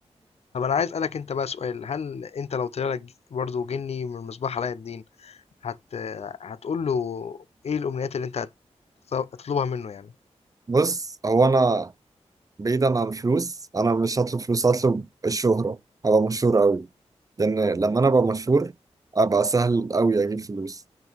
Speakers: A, on the left (about 65°); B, on the right (about 30°).
A: طب أنا عايز أسألك أنت بقى سؤال، هل أنت لو طلع لك ج برضه جني من مصباح علاء الدين هت هتقول له إيه الأمنيات اللي أنت هت هتطلبها منه يعني؟
B: <laughs> بص هو أنا بعيدا عن الفلوس أنا مش هطلب فلوس هطلب الشهرة أبقى مشهور أوي لأن لما أنا أبقى مشهور أبقى سهل أوي أجيب فلوس